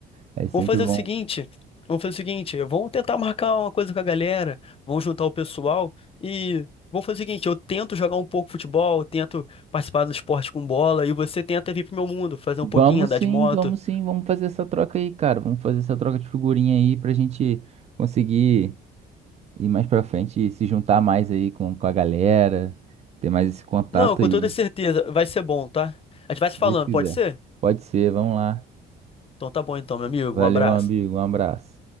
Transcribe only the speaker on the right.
É sempre
bom.
Vamos
sim,
vamos sim, vamos fazer essa troca aí, cara. Vamos fazer essa troca de figurinha aí pra gente conseguir ir mais pra frente e se juntar mais aí com, com a galera, ter mais esse contato
aí,
se
Deus
quiser.
Pode ser, vamos lá.
Valeu,
amigo, um abraço.